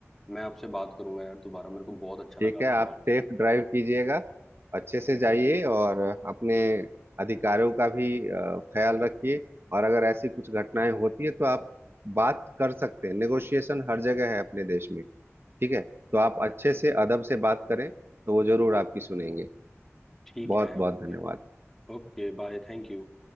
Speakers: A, in the centre; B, on the right.
A: मैं आपसे बात करूंगा यार दोबारा मेरे को बहुत अच्छा
B: ठीक
A: लगा आपसे
B: है आप
A: बात करना
B: सेफ ड्राइव कीजिएगा अच्छे से जाइए और अपने अधिकारों का भी अ, ख्याल रखिए और अगर ऐसी कुछ घटनाएं होती है तो आप बात कर सकते हैं नेगोशिएशन हर जगह है अपने देश में ठीक है तो आप अच्छे से अदब से बात करें तो वो जरूर आपकी सुनेंगे
A: ठीक
B: बहुत
A: है
B: बहुत
A: okay
B: धन्यवाद
A: Okay bye thank you